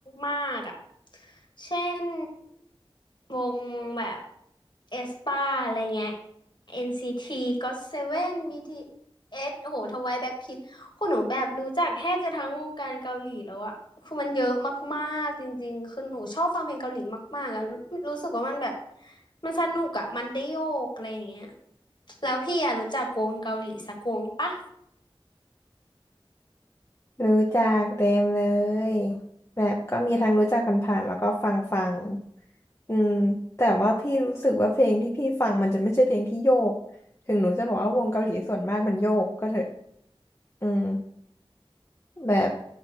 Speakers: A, on the left; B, on the left.
A: มากๆอ่ะเช่นวงแบบเอสปาอะไรเงี้ย NCT GOT7 BTS โอ้โหทวายแบ็คพิงคนหนูแบบรู้จักแทบจะทั้งวงการเกาหลีแล้วอะคือมันเยอะมากๆจริงๆ คือหนูชอบฟังเพลงเกาหลีมากๆอะรู้รู้สึกว่ามันแบบมันสนุกอะมันได้โยกอะไรอย่างเงี้ยแล้วพี่อะรู้จักวงเกาหลีสักวงปะ
B: รู้จักเต็มเลยแบบก็มีทั้งรู้จักผ่านๆแล้วก็ฟังฟังอืมแต่ว่าพี่รู้สึกว่าเพลงที่พี่ฟังมันจะไม่ใช่เพลงที่โยกถึงหนูจะบอกว่าวงเกาหลีส่วนมากมันโยกก็เถอะอืม แบบ